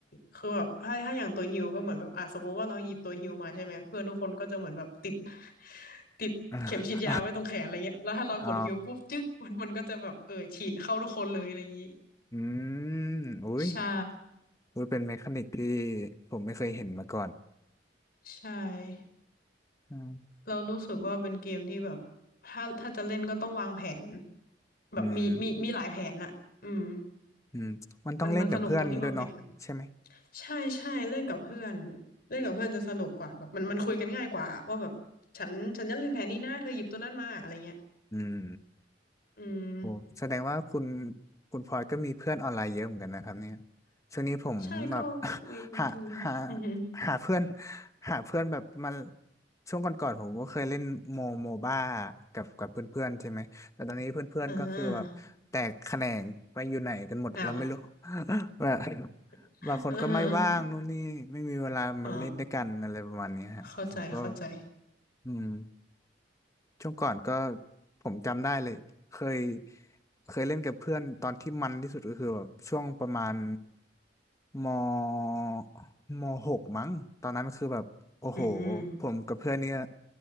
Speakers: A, on the left (about 55°); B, on the left (about 20°).
A: คือแบบถ้าถ้าอย่าง ตัวฮิวก็เหมือนแบบอ่ะสมมติว่าเราหยิบตัวฮิวมาใช่ไหม เพื่อน ทุกคน ก็จะเหมือนแบบติด <laughs> ติดเข็มฉีดยาไว้ตรงแขนอะไรเงี้ยแล้วถ้าเรากดฮิวปุ๊บจึ๊กมันมันก็จะแบบเออฉีดเข้าทุกคนเลยอะไรอย่างนี้
B: <laughs> อ่ะอ๋ออืมอุ้ย
A: ใช่
B: อุ้ยเป็นเมคานิกที่ผมไม่เคยเห็นมาก่อน
A: ใช่
B: อืม
A: เรารู้สึกว่าเป็นเกมที่แบบถ้าถ้าจะเล่นก็ต้องวางแผนแบบมีมีมีหลายแผนอะอืม
B: อืมอืมมันต้องเล่นกับเพื่อนด้วยเนาะใช่ไหม
A: มันมันสนุกตรงที่วางแผนใช่ใช่เล่นกับเพื่อนเล่นกับเพื่อนจะสนุกกว่าแบบมันมันคุยกันง่ายกว่าว่าแบบฉันฉันจะเล่นแผนนี้นะเธอหยิบตัวนั้นมาอะไรเงี้ย
B: อืม
A: อืม
B: โอ้แสดงว่าคุณคุณพลอยก็มีเพื่อนออนไลน์เยอะเหมือนกันนะครับเนี่ยช่วงนี้ผมแบบ
A: ใช่ก็มีบางที
B: <laughs> หาหา
A: <laughs> อือฮึ
B: หาเพื่อนหาเพื่อนแบบมาช่วงก่อนๆผมก็เคยเล่นโมโมบ้ากับกับเพื่อนๆใช่ไหมแต่ตอนนี้เพื่อนๆก็คือแบบแตกแขนงไปอยู่ไหนกันหมดเราไม่รู้
A: อ่าอ้าว
B: <laughs> แบบ
A: <laughs>
B: บางคนก็ไม่ว่างนู่นนี่ไม่มีเวลามาเล่นด้วยกันอะไรประมาณนี้ฮะผมก็
A: อือฮอ๋อเข้าใจเข้าใจ
B: อืม ช่วงก่อนก็ผมจำได้เลยเคยเคยเล่นกับเพื่อนตอนที่มันที่สุดก็คือแบบช่วงประมาณมมหกมั้งตอนนั้นคือแบบโอ้โห
A: อืม
B: ผมกับเพื่อนเนี่ย